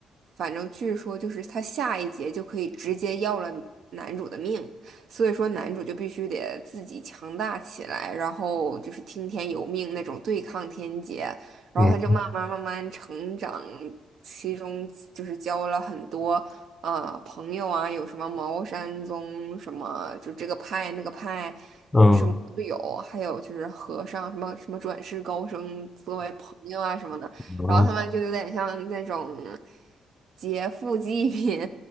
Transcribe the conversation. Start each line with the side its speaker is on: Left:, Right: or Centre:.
Right: 反正据说就是他下一劫就可以直接要了男主的命，所以说男主就必须得自己强大起来，然后就是听天由命那种对抗天劫，然后他就慢慢慢慢成长，
Left: 嗯
Right: 其中就是教了很多。呃朋友啊，有什么茅山宗什么，就这个派那个派，
Left: 嗯
Right: 什么都有，还有就是和尚什么什么转世高僧作为朋友啊什么的，
Left: 嗯
Right: 然后他们就有点像那种劫富济贫。